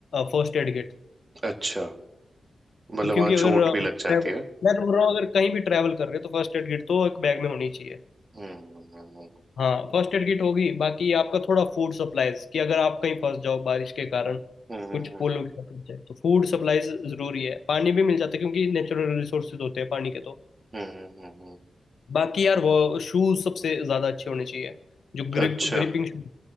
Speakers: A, on the left; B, on the right.
A: फर्स्ट एड किट
B: अच्छा मतलब
A: तो क्योंकि
B: वहाँ
A: अगर
B: चोट
A: अ,
B: भी लग जाती
A: travel-
B: है
A: मैं तो बोल रहा हूँ अगर कहीं भी ट्रैवल कर रहे हो तो फर्स्ट एड किट तो एक बैग में होनी चाहिए
B: हम्म हम्म
A: हाँ फर्स्ट एड किट होगी बाकी आपका थोड़ा फूड सप्लाईज कि अगर आप कहीं फंस जाओ बारिश के कारण
B: हम्म हम्म
A: कुछ पुल वगैरह टूट जाए तो फूड सप्लाईज जरूरी है पानी भी मिल जाता है क्योंकि नेचुरल रिसोर्सेज होते हैं पानी के तो
B: हम्म हम्म,
A: बाकी यार वो शूज सबसे ज्यादा अच्छे होने चाहिए जो ग्रिप
B: अच्छा
A: ग्रिपिंग शूज